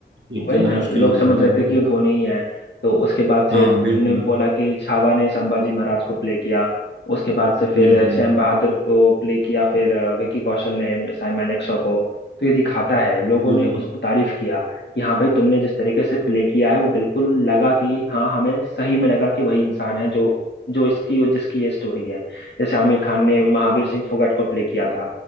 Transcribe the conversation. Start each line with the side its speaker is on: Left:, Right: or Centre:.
Right: एक
Left: वही
Right: करना
Left: ना
Right: मुश्किल
Left: लोग
Right: हो गया
Left: समझ
Right: था लोगों
Left: रहे थे
Right: को।
Left: कि ये धोनी ही है तो उसके बाद से
Right: हाँ बिल्कुल
Left: तुमने भी बोला कि छावा ने संभाजी महाराज को प्ले किया उसके बाद से फिर
Right: बिल्कुल
Left: सैम बहादुर को प्ले किया फिर अ, विकी कौशल ने साई मानेकशॉ को तो ये दिखाता है लोगों
Right: बिल्कुल
Left: ने उसको तारीफ किया कि हाँ भाई तुमने जिस तरीके से प्ले किया है वो बिल्कुल लगा कि हाँ हमें सही में लगा कि वही इंसान है जो जो इसकी जिसकी ये स्टोरी है जैसे आमिर खान ने महावीर सिंह फोगाट को प्ले किया था